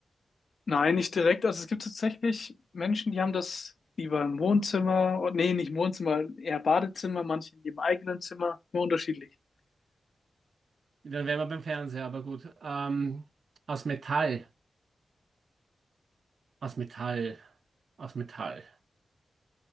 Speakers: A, on the left; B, on the right.
A: Nein, nicht direkt. Also es gibt tatsächlich Menschen, die haben das lieber im Wohnzimmer. Oh, nee, nicht im Wohnzimmer, eher Badezimmer, manche in ihrem eigenen Zimmer. Nur unterschiedlich.
B: Dann wären wir beim Fernseher, aber gut. Ähm, aus Metall. Aus Metall. Aus Metall.